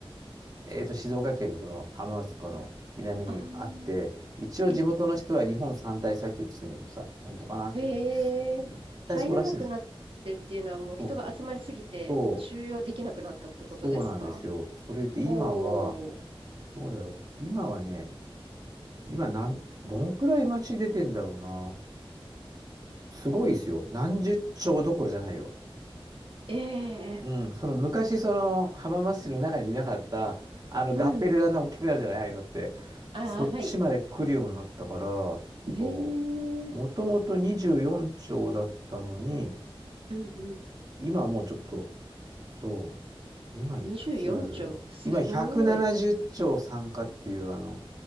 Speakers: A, on the right; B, on the right.
A: えっと、静岡県のその浜松とかの南にあって、
B: ああ。
A: 一応地元の人は日本三大砂丘って言ってるんだけどさ、
B: え、
A: 本当かなっていうね。
B: へえ、
A: いや実際そうらしいんですよ。
B: 入らなくなってっていうのはもう人が集まりすぎて収容できなくなったってことですか
A: そうそう。そうそうなんですよ。それで今は、
B: おー、
A: どうだろう。今はね、今なん、どのくらい街出てんだろうな。すごいですよ。何十兆どころじゃないよ。
B: え
A: うん。
B: え、
A: その昔、その浜松市の中にいなかった、あの合併でだんだん大きくなるじゃない、
B: うん、
A: ああいうのって。
B: ああ、
A: そっちまで来るようになったから、
B: はい。へえ、
A: そ
B: うん
A: う。もともと24兆だったのに、
B: うん。
A: 今はもうちょっと、そう。今いくつ今170兆参加っていう、
B: 24兆、すごい。
A: あの、